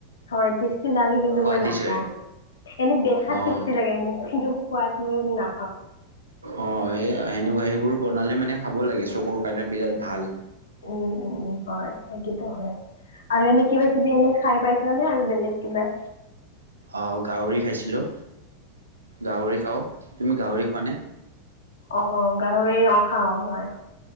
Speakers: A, on the left; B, on the right.
A: হয় টেষ্টি লাগে কিন্তু
B: সোৱাদিছ
A: মই নাখাওঁ।
B: হয়
A: এনে দেখাত
B: অ',
A: বেছি লাগে মোক, কিন্তু খোৱাত মই না
B: অ', সেই সেনেকুৱা সেইবোৰ বনালে মানে খাব লাগে, চকুৰ কাৰণে বিৰাট ভাল।
A: উম উম, হয়, এইটোটো হয়। আৰু এনে কিবা কিবি এনে খাই পাইছা নে আৰু বেলেগ কিবা?
B: অ' গাহৰি খাইছিলোঁ। গাহৰি খাওঁ। তুমি গাহৰি খোৱা নে?
A: আহ গাহৰি অ' খাওঁ মই।